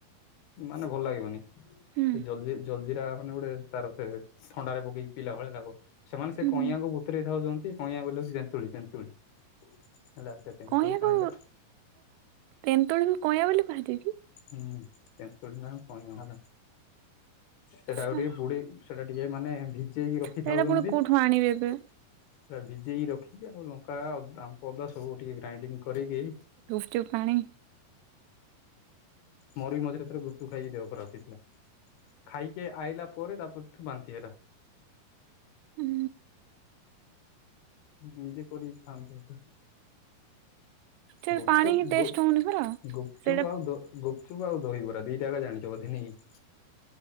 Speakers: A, on the left; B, on the right.
A: ମାନେ ଭଲ ଲାଗିବନି।
B: ହୁଁ
A: ସେ ଜଲଜି ଜଲଜିରା ଟା ମାନେ ଗୋଟେ ତାର ସେ ଥଣ୍ଡାରେ ପକେଇକି ପିଇଲା ଭଳିଆ ଲାଗବ। ସେମାନେ ସେ
B: ହୁଁ
A: କଇଁଆକୁ ବୁତରେଇ ଥାଉଛନ୍ତି। କଇଁଆ ବୋଲେ ହେଉଛି ତେନ୍ତୁଳି ତେନ୍ତୁଳି ହେଲା ସେ ତେନ୍ତୁଳି
B: କଇଁଆକୁ
A: ପାଣିଟା
B: ତେନ୍ତୁଳିକୁ କଇଁଆ ବୋଲି କୁହାଯାଏ କି?
A: ହୁଁ ତେନ୍ତୁଳି ନା କଇଁଆ ହେଲା ସେଟା
B: ଆଛା
A: ଆଉ ଟିକେ ବୁଡେଇକି ସେଟା ଟିକେ ମାନେ ଭିଜେଇକି ରଖିଥାଉଛନ୍ତି।
B: ସେଇଟା ପୁଣି କୋଉଠୁ
A: ସେଟା
B: ଆଣିବି ଏବେ
A: ଭିଜେଇକି ରଖିକି ଆଉ ଲଙ୍କା ଆମ୍ୱ ଅଦା ସବୁ ଟିକେ ଗ୍ରାଇଣ୍ଡିଙ୍ଗ କରିକି
B: ଚୁପ ପାଣି
A: ମୋର ବି ମଝିରେ ଥରେ ଗୁପଚୁପ ଖାଇକି ଦେହ ଖରାପ ହେଇଥିଲା। ଖାଇକି ଆଇଲା ପରେ ତା ପରଠୁ ବାନ୍ତି ହେଲା।
B: ହୁଁ
A: ନିଜେ କରି ଖଆନ୍ତି ହେଲେ।
B: ସେ
A: ଗୁପଚୁପ
B: ପାଣି ହିଁ ଟେଷ୍ଟ
A: ଗୁପ
B: ହଉନି ପରା
A: ଗୁପଚୁପ
B: ସେଇଟା
A: ଆଉ ଦ ଗୁପଚୁପ ଆଉ ଦହିବରା ଦିଟା ଏକା ଜାଣିଛ ବଧେ ନାହିଁ।